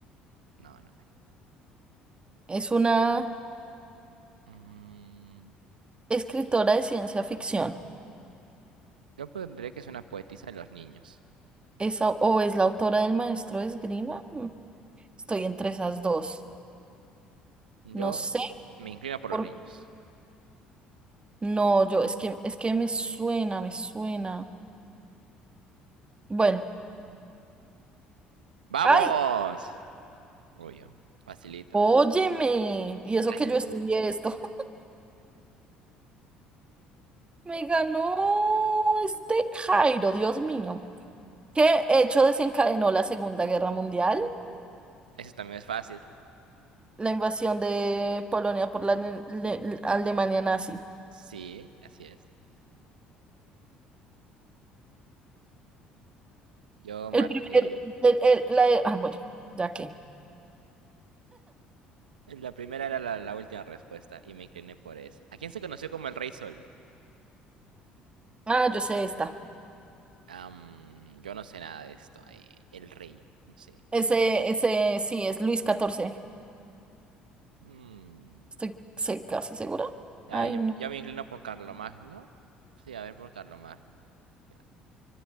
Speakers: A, on the right (about 85°); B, on the right (about 25°).
A: No, no hay.
B: Es una
A: Mm,
B: escritora de ciencia ficción.
A: yo pondré que es una poetisa de los niños.
B: Es, au- o es la autora del maestro de esgrima. Mm, Estoy entre esas dos.
A: Yo
B: No sé
A: me inclino por
B: por...
A: los niños.
B: No, yo, es que, es que me suena, me suena. Bueno,
A: ¡Vamos!
B: ¡ay!
A: Obvio. Facilito.
B: Óyeme. Y eso
A: Gracias,
B: que yo
A: Google.
B: estudié esto. <laughs> Me ganó este Jairo, Dios mío. ¿Qué hecho desencadenó la Segunda Guerra Mundial?
A: Eso también es fácil.
B: La invasión de Polonia por la ne- le- Alemania nazi.
A: Sí, así es. Yo
B: El
A: marqué.
B: primer, el- el- la- ah, bueno, ya que.
A: La primera era la, la última respuesta y me incliné por eso. ¿A quién se conoció como el Rey Sol?
B: Ah, yo sé esta.
A: Am, yo no sé nada de esto. eh, el Rey, no sé.
B: Ese,
A: En mi...
B: ese sí es Luis XIV.
A: mm,
B: Estoy se- casi segura.
A: ah,
B: Ay,
A: yo,
B: no.
A: yo me inclino por Carlomagno. Sí, a ver, por Carlomagno. Ya.